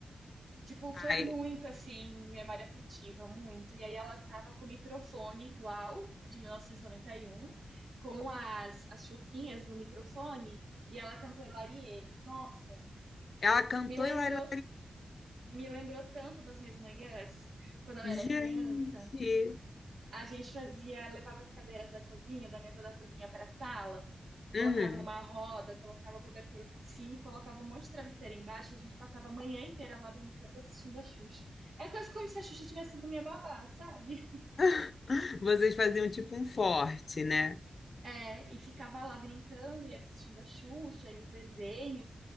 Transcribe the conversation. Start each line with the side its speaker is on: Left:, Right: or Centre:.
Right: Tipo, foi
Left: Ai,
Right: muito assim, memória afetiva, muito. E aí ela tava com o microfone igual a de 1991, com as, as chuquinhas no microfone, e ela cantou Larie. Nossa,
Left: ela cantou
Right: Me lembrou,
Left: Hilary
Right: me lembrou tanto das minhas manhãs, quando eu era
Left: Gente!
Right: criança. A gente fazia, levava as cadeiras da cozinha, da mesa da cozinha para a sala, colocava
Left: Uhum.
Right: numa roda, colocava cobertura por cima e colocava um monte de travesseiro embaixo. A gente passava a manhã inteira lá brincando, assistindo a Xuxa. É quase como se a Xuxa tivesse sido minha babá, sabe?
Left: <laughs> Vocês faziam tipo um forte, né?
Right: É, e ficava lá brincando e assistindo a Xuxa e os desenhos.